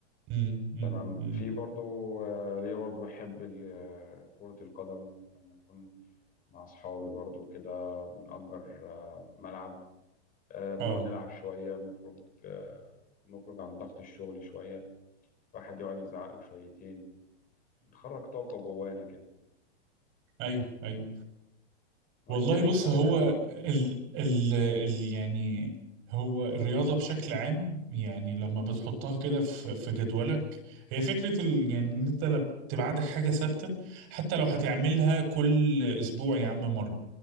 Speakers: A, on the right; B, on the left.
A: مم. مم.
B: تمام
A: مم.
B: في برضو آه، ليا برضو بحب ال- آه، كرة القدم لما أكون مع أصحابي برضو كده بنأجر آه، ملعب آه، بنقعد
A: اه
B: نلعب شوية بنخرج آه، نخرج عن ضغط الشغل شوية واحد يقعد يزعق له شويتين نخرج طاقة جوانا كده
A: ايوه ايوه
B: وأنت
A: والله
B: إيه
A: بص
B: حاجة
A: هو
B: تانية؟
A: ال ال ال يعني هو الرياضة بشكل عام يعني لما بتحطها كده في في جدولك هي فكرة ال يعني ان انت لما تبقى عندك حاجة ثابتة حتى لو هتعملها كل اسبوع يا عم مرة